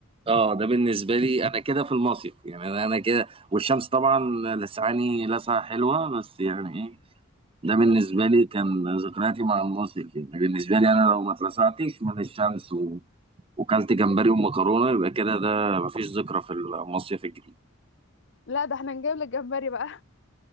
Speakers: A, on the right (about 25°); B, on the left (about 60°).
A: اه ده بالنسبه لي انا كده في المصيف يعني انا أنا كده والشمس طبعا لسعاني لسعه حلوه بس يعني ايه ده بالنسبه لي كان ذكرياتي مع المصيف يعني بالنسبه لي انا لو ما اتلسعتش من الشمس و... وكلت جمبري ومكرونه يبقى كده ده مفيش ذكرى في المصيف الجديد
B: لا ده احنا نجيب لك جمبري بقى